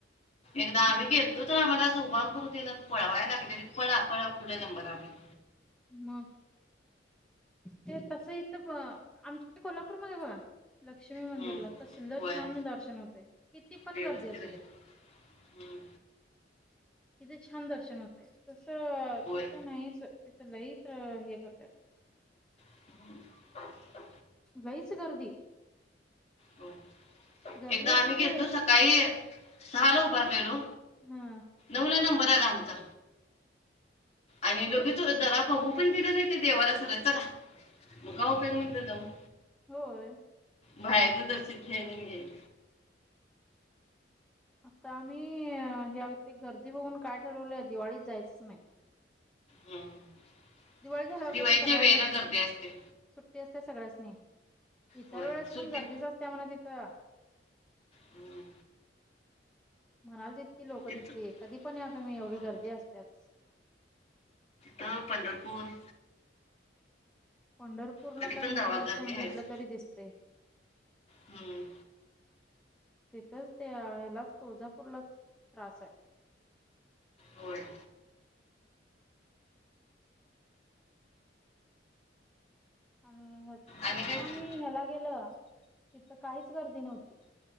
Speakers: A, on the left; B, in the centre.
A: एकदा आम्ही गेलेतो तर आम्हाला असं उभा करू देय नात पळवाय लागले, पळा पळा पुढे नंबर आलंय.
B: मग. ते तसं इथं ब आमच्या कोल्हापूरमध्ये बघा. लक्ष्मी मंदिरला
A: हम्म,
B: कसलं
A: होय
B: छान दर्शन होते. किती पण
A: व्यवस्थित
B: गर्दी असु
A: आहे
B: दे.
A: हम्म,
B: तिथे छान दर्शन होते तसं
A: होय
B: तिथं नाहीच होत तिथं लयित हे करतात.
A: हम् <unintelligible>
B: लईच गर्दी
A: होय
B: गर्दी
A: एकदा
B: असू
A: आम्ही गेलतो
B: दे
A: सकाळी हा हा बाब्यानो
B: हा
A: नवला नंबर आला आमचा आणि
B: तसच
A: दोघीच होतो ना बघू पण दिल नाही ते देवाला सगळ चला मग काय उपयोग मग तिथ जाऊन
B: होय.
A: बाहेरुन दर्शन घ्यायन नियायच
B: आता आम्ही हे ते गर्दी बघून काय ठरवलंय दिवाळीत जायचंच नाही.
A: ह्म्म
B: दिवाळी झाल्यावर
A: दिवाळीच्या
B: कसं सगळ्यांना
A: वेळेला
B: सु
A: गर्दी असते.
B: सुट्टी असते सगळ्याचनी इतर
A: होय
B: वेळेस
A: सुट्टीत
B: पण गर्दीच असते म्हणा तिथं
A: हम्म.
B: म्हणाल तितकी लोकं
A: तिथं
B: तिथली कधी पण या तुम्ही एवढी
A: हम्म.
B: गर्दी असत्याच
A: दाव पंढरपूर
B: पंढरपूरला
A: कधी
B: काय
A: पण
B: मुकदर्शन
A: जावा गर्दी
B: घेतलं
A: आहेच
B: तरी दिसते.
A: हम्म
B: तिथच त्या याला तुळजापूरला त्रास आहे.
A: होय
B: आणि ह्या तिथनं
A: आणि काय
B: आम्ही ह्याला गेल तिथं काहीच गर्दी नव्हती.